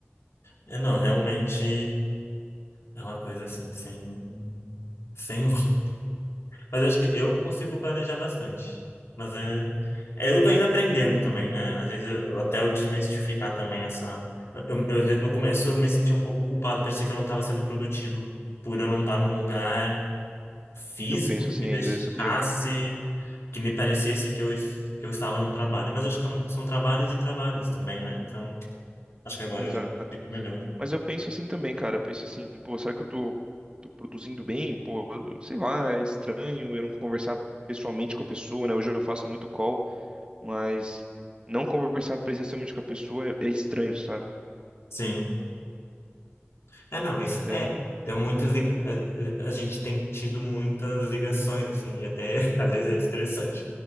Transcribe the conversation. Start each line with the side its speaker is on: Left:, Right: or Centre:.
Left: É, não, realmente é uma coisa assim, sem, sem <laughs> Mas eu acho que eu consigo planejar bastante. Mas é, é, eu tô ainda aprendendo também, né? Às vezes eu, eu até eu desmistificar também essa. Eu, eu, às vezes, no começo eu me senti um pouco culpado, parecia que eu não estava sendo produtivo por eu não estar num lugar físico
Right: Eu penso
Left: que
Right: assim
Left: me deixasse,
Right: ainda, sabia?
Left: que me parecesse que eu, es- que eu estava num trabalho. Mas eu acho que é um- são trabalhos e trabalhos também, né? Então, acho que agora
Right: Exato.
Left: eu já consigo melhor.
Right: Mas eu penso assim também, cara. Eu penso assim, pô, será que eu tô, tô produzindo bem? Pô, eu- sei lá, é estranho eu não conversar pessoalmente com a pessoa, né? Hoje eu faço muito call, mas não conversar presencialmente com a pessoa é é estranho, sabe?
Left: Sim. É, não, isso
Right: É,
Left: é. Tem muitas. li- A, a- a gente tem tido muitas ligações, assim, e até <laughs> às vezes é estressante.